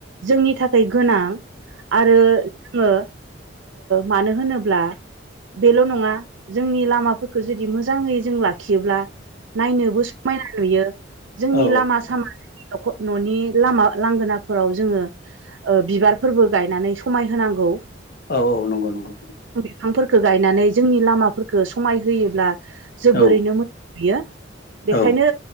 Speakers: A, on the right (about 75°); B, on the left (about 55°).
A: जोंनि थाखाय गोनां। आरो जोङो मानो ओ होनोब्ला बेल' नङा जोंनि लामाफोरखो जुदि मोजाङै जों लाखियोब्ला नायनोबो समायना नुयो। जोंनि
B: औ
A: लामा सामाजों नख'-न'नि लामा लांगोनाफोराव जोङो ओ बिबारफोरबो गायनानै समाय होनांगौ।
B: औ औ नंगौ नंगौ।
A: बिफांफोरखो गायनानै जोंनि लामाफोरखो समाय होयोब्ला जोबोरैनो
B: औ
A: मोजां नुयो। बेखायनो
B: औ